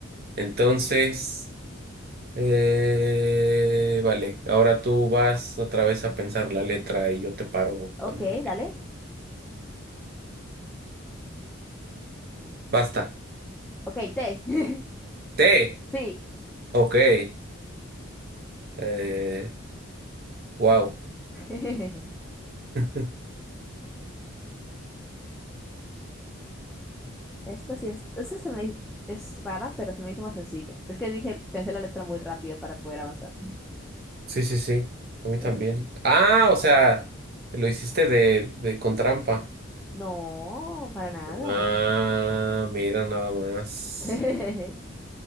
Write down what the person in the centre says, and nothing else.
Ok,
dale.
Ok, T. <laughs>
Sí.
<laughs>
Esta sí es. Esta se me es rara, pero se me hizo más sencilla. Es que dije, pensé la letra muy rápido para poder avanzar.
Eh,
no, para nada.
<laughs> <laughs>